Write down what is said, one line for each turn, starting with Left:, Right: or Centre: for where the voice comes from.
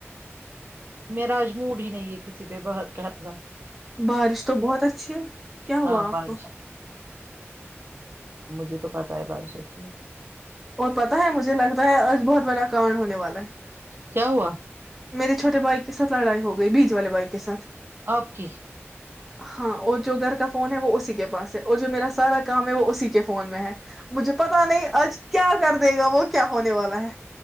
Right: میرا اج موڈ ہی نہیں ہے کسی پہ بات کہتا
Centre: بارش تو بہت اچھی ہے کیا ہوا
Right: ہاں
Centre: آپ
Right: بارش
Centre: کو
Right: جی تو پتا ہے بارش اچھی ہے
Centre: اور پتا ہے مجھے میں نے تو آج بہت بڑا کانڈ ہونے والا ہے
Right: کیا ہوا
Centre: میرے چھوٹے بائی کے سات لڑائی ہو گئی بیچ والے بائی کے سھ
Right: آپ کی
Centre: ہاں اور جو گھر کا فون ہے وہ اسی کے پاس ہے اور جو میرا سارا کام ہے وہ اسی کے فون میں ہے مجھے پتا نہیں آج کیا کر دے گا وہ کیا ہونے والا ہے